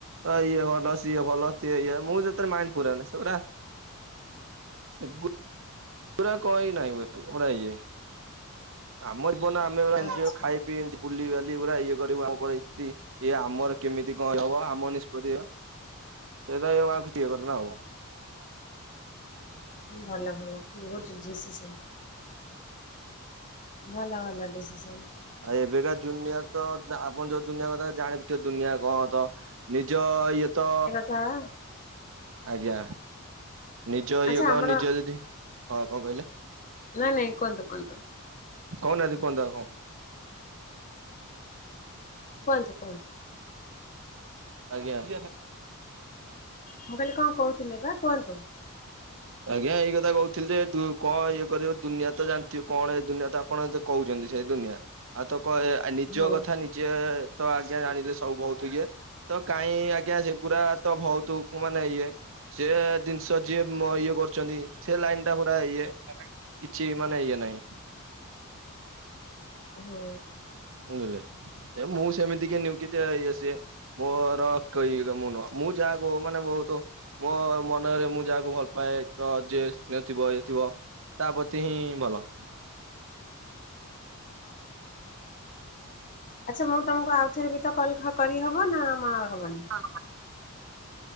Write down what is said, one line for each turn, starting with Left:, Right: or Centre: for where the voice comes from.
Right: ତ ଇଏ ଭଲ ସିଏ ଭଲଏ ଇଏ ମୁଁ ଯେତେବେଳେ ମାଇଣ୍ଡ ପୁରାଏ ନି ପୁରା ସୁ। ପୁରା କହ ନହିଁ ପୁରା ଇଏ ଆମ ଜୀବନ ଆମେ ଜଣି
Left: ଆଚ୍ଛା
Right: ଖାଇ ଏମତି ବୁଲିିବାଲି ପୁରା ଇଏ କରିବୁ ଆମଥିତି। ଇଏ ଆମର କେମିତି କଣ ହବ ଆମ ନିଷ୍ପତ୍ତିବା ସେଇଟା ଆଉ କିଛି ଇଏ କରରେ ନା ଆଉ।
Left: ଭଲ ଭଲ ଗୁଡ ଡିସିସନ। ଭଲ ଭଲ ଡିସିସନ୍।
Right: ଆ ଏବେକା ଦୁନିଆ ତ ଆପଣ ଯୋଉ ଦୁନିଆ କଥା ଜାଣିଥିବ ଦୁନିଆ କଣ ତ। ନିଜ ୟଏତ
Left: ହଁ।
Right: ଆଜ୍ଞା ନିଜ
Left: ଆଚ୍ଛା
Right: ଇଏ କଣ
Left: ଆମର
Right: ନିଜ ଯଦି ହଁ କଣ କହିଲେ?
Left: ନାଇଁ ନାଇଁ କୁହନ୍ତୁ କୁହନ୍ତୁ।
Right: କହୁନାହାନ୍ତି କୁହନ୍ତୁ ଆପଣ।
Left: କୁହନ୍ତୁ କୁହନ୍ତୁ।
Right: ଆଜ୍ଞା। <inaudible>
Left: ମୁଁ କହିଲି କଣ କହୁଥିଲେ ବା କୁହନ୍ତୁ।
Right: ଆଜ୍ଞା ଏଇ କଥା କହୁଥିଲି ଯେ କଣ ଇଏ କରିବ ଦୁିଆ ତ ଜାଣିଥିବ କଣ ଏଇ ଦୁନିଆ ତ ଆପଣ କହୁଛନ୍ତି ସେଇ ଦୁନିଆ ଆଉ ତ କ ଆ ନିଜ
Left: ହୁଁ
Right: କଥା ନିଜେ ତ ଆଜ୍ଞା ଜାଣିଲେ ସବୁ ବହୁତ ଇଏ। ତ କାହିଁ ଆଜ୍ଞା ସେଗୁଡ଼ା ତ ବହୁତ ମାନେ ଇଏ। ସେ ଜିନିଷ ଯିଏ ଇଏ କରୁଛନ୍ତି ସେ ଲାଇନ ଟା ପୁରା ଇଏ। କିଛି ମାନେ ଇଏ ନାହିଁ।
Left: ହୁଁ।
Right: ବୁଝିଲ ଏ ମୁଁ ସେମିତି କି ନିଉ କିି ଇଏ ସି ମୋର କକି ମୁଁ ନୁହଁ ମୁଁ ଯାହାକୁ ମାନେ ବହୁତ ମୋ ମନରେ ମୁଁ ଯାହାକୁ ଭଲ ତ ଯଏ ସ୍ନେହ ଥିବ ଇଏ ଥିବ ତା ପ୍ରତି ହିଁ ଭଲ।
Left: ଆଚ୍ଛା ମୁଁ ତମକୁ ଆଉଥରେ ବି ତ କଲ କରିହବ ନା ହବନି।
Right: ହଁ।